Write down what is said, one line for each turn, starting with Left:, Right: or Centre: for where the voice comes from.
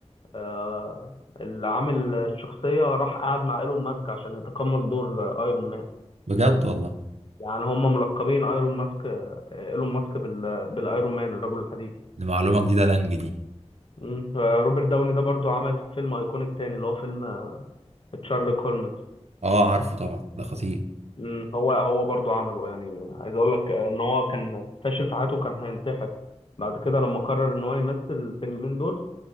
Left: آه، اللي عامل الشخصية راح قعد مع ايلون ماسك عشان يتقمص دور ايرون مان
Right: بجد والله
Left: يعني هم ملقبين ايرون ماسك آه، ايلون ماسك بال... بالايرون مان الرجل الحديدي
Right: دي معلومه جديده لانج دي
Left: مم. روبرت داوني ده برضو عمل فيلم ايكونيك تاني اللي هو فيلم آه، تشارلوك هولمز
Right: اه عارفه طبعا ده خطير
Left: مم. هو هو برضو عمله يعني عايز اقول لك ان هو كان فاشل في حياته كان هينتحر بعد كده لما قرر ان هو يمثل الفيلمين دول